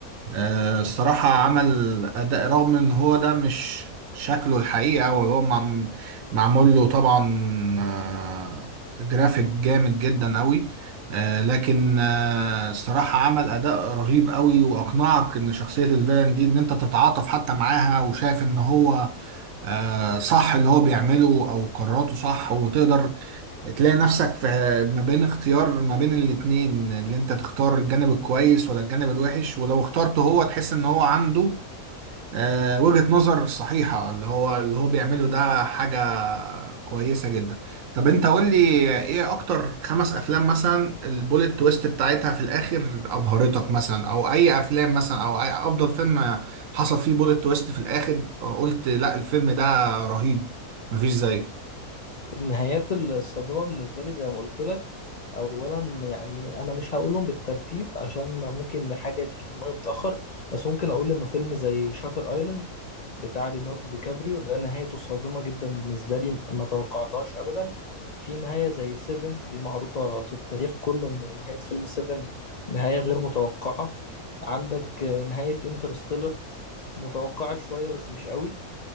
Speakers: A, on the right; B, on the left.
A: آه، الصراحه عمل اداء رغم ان هو ده مش شكله الحقيقه وهو معم- معمول له طبعا آه، جرافيك جامد جدا قوي آه، لكن آه، الصراحة عمل أداء رهيب قوي وأقنعك إن شخصية الفيلن دي إن أنت تتعاطف حتى معاها وشايف إن هو آه، صح اللي هو بيعمله او قراراته صح وتقدر تلاقي نفسك في ما بين اختيار ما بين الاتنين اللي انت تختار الجانب الكويس ولا الجانب الوحش ولو اخترته هو تحس ان هو عنده آه، وجهة نظر صحيحة اللي هو اللي هو بيعمله ده حاجة كويسة جدا طب انت قول لي ايه اكتر خمس افلام مثلا البوليت تويست بتاعتها في الاخر ابهرتك مثلا او اي افلام مثلا او اي افضل فيلم حصل فيه بوليت تويست في الاخر قلت لا الفيلم ده رهيب مفيش زيه
B: النهايات الصادمة بالنسبة لي زي ما قلت لك أولا يعني أنا مش هقولهم بالترتيب عشان ممكن حاجة تيجي في دماغي متأخر بس ممكن أقول إنه فيلم زي شاتر أيلاند بتاع ليوناردو دي كابريو ده نهايته صادمة جدا بالنسبة لي ما توقعتهاش أبدا في نهاية زي سيفن دي معروفة في التاريخ كله إن نهاية فيلم سيفن نهاية غير متوقعة عندك آه، نهاية انترستيلر متوقعة شوية بس مش قوي